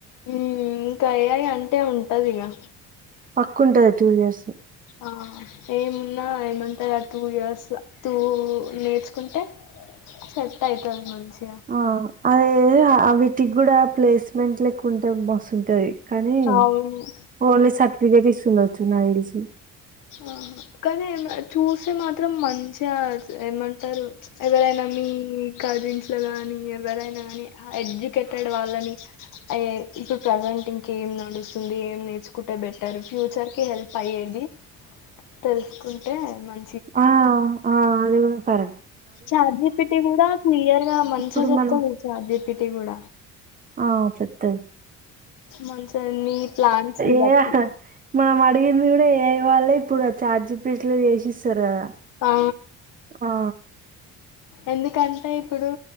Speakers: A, on the left (about 75°); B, on the right (about 25°).
A: హ్మ్మ్ ఇంకా అయ్యాయి అంటే ఉంటది ఇగా
B: పక్కుంటది టూ ఇయర్స్
A: ఆ ఏమున్నా ఏమంటారు టూ ఇయర్స్ టూ నేర్చుకుంటే సెట్ అయితది మంచిగా
B: ఆ అదే ఆ వీటికి కూడా ప్లేస్మెంట్ క్కు ఉంటే మస్తుంటుంది కానీ
A: అవును
B: పోలీస్ సర్టిఫికేట్ ఇంగ వచ్చిన ఇడిసి
A: ఆ కానీ చూస్తే మాత్రం మంచిగా ఏమంటారు ఎవరైనా మీ కజిన్స్ లో గాని ఎవరైనా కాని ఎడ్యుకేటెడ్ వాళ్ళని ఇప్పుడు ప్రజెంట్ ఇంకేం నడుస్తుంది ఏం నేర్చుకుంటే బెట్టరు ఫ్యూచర్ కి హెల్ప్ అయ్యేది తెలుసుకుంటే మ
B: ఆ ఆ అది కూడా పర
A: చార్ది పెట్టి గూడా క్లియర్ గా మంచిగా
B: ఇప్పుడు
A: చెప్తుంది
B: మనం
A: చార్జీ పెటిగుడ
B: ఆ చెత్త
A: మంచి అవి మీ ప్లాన్స్ ని
B: ఏ
A: బట్టి
B: మనం అడిగింది కూడా ఏఐ వాళ్ళు ఇప్పుడు ఆ ఛార్జి పీట్లు చేసిస్తారు కదా
A: ఆ
B: ఆ
A: ఎందుకంటే ఇప్పుడు